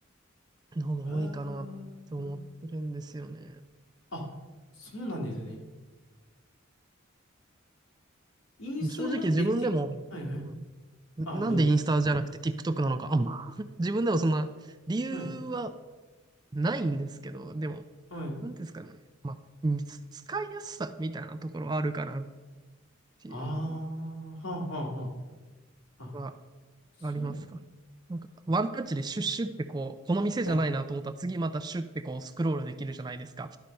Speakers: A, on the right; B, on the left.
A: の方が多いかなって思ってるんですよね。
B: あーあ、そうなんですね。インスタじゃなくて、
A: 正直自分でも、
B: テはいはい。
A: うん、なんでインスタじゃなくて
B: あ、どうぞ。
A: TikTok なのか、あんま、<laughs> 自分でもそんな理由は
B: はい。
A: ないんですけど、でも、
B: はい。
A: なんですかね、まあ、うんつ使いやすさみたいなところはあるかなっていう
B: ああ、はあはあはあ。あ、
A: のは
B: そうなん。
A: ありますかねなんか、ワンタッチでシュッシュってこう、この店じゃないなと思ったら次またシュッてこうスクロールできるじゃないですか。
B: はい。